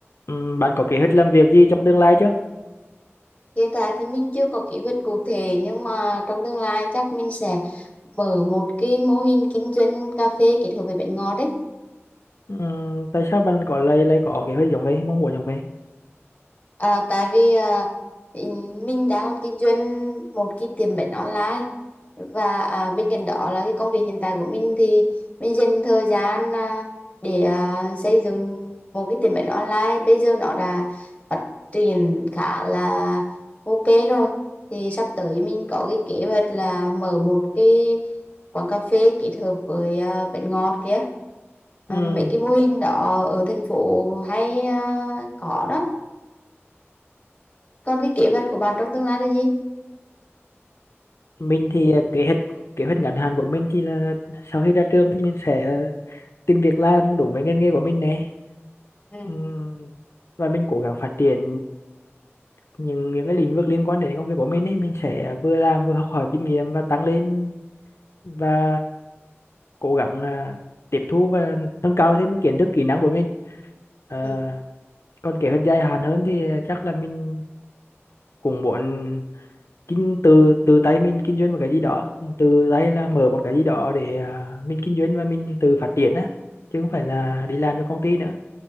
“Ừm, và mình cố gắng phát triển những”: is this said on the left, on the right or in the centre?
Left